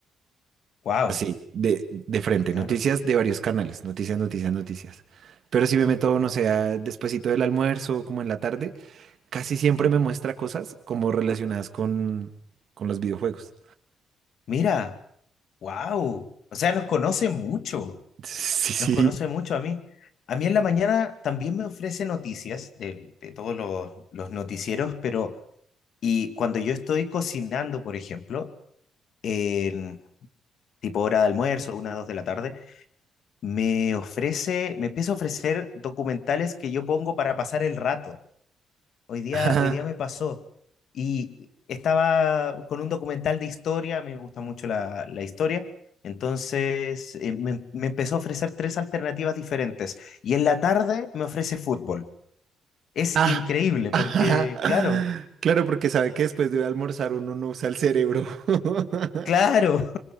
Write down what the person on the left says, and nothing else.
wow,
claro.
Mira, wow. O sea, nos conoce mucho.
Nos conoce mucho a mí. A mí en la mañana también me ofrece noticias de, de todos los, los noticieros, pero y cuando yo estoy cocinando, por ejemplo, en tipo hora de almuerzo, una, dos de la tarde, Me ofrece, me empieza a ofrecer documentales que yo pongo para pasar el rato. Hoy día,
hoy día me pasó y estaba con un documental de historia, a mí me gusta mucho la, la historia, entonces eh, me, me empezó a ofrecer tres alternativas diferentes y en la tarde me ofrece fútbol. Es
increíble
porque,
claro,
Claro,